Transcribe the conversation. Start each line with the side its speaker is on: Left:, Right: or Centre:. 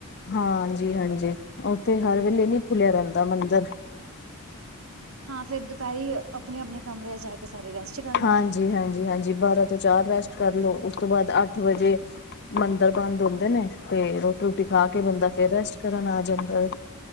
Left: ਹਾਂਜੀ, ਹਾਂਜੀ ਓਥੇ ਹਰ ਵੇਲੇ ਨੀ ਖੁੱਲੇਆ ਰੈਂਦਾ ਮੰਦਰ।
Right: ਹਾਂ ਫੇਰ ਦੁਪੈਰੀ ਆਪਨੇ-ਆਪਣੇ ਕਮਰੇ ਜਾਕੇ। ਸਾਰੇ ਰੈਸਟ ਕਾਰ।
Left: ਹਾਂਜੀ, ਹਾਂਜੀ, ਹਾਂਜੀ ਬਾਰਤ। ਤੋ ਚਾਰ ਰੈਸਟ ਕਾਰਲੋ ਓਸ ਤੋ ਬਾਦ ਆੱਠ ਵਜੇ ਮੰਦਰ ਬਾੰਦ ਹੁੰਦੇ ਨੇ। ਤੇ ਰੋਟੀ ਰੋਟੀ ਖਾਕੇ ਬੰਦਾ ਫੇਰ ਰੈਸਟ ਕਰਨ ਆ ਜਾਂਦਾ ਏ।